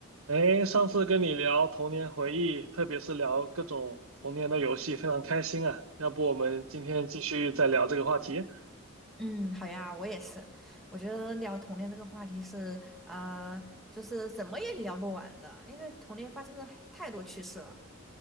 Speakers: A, on the right; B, in the centre.
A: 哎，上次跟你聊童年回忆，特别是聊各种童年的游戏，非常开心啊。要不我们今天继续再聊这个话题？
B: 嗯，好呀，我也是。我觉得聊童年这个话题是，啊，就是怎么也聊不完的，因为童年发生的太多趣事了。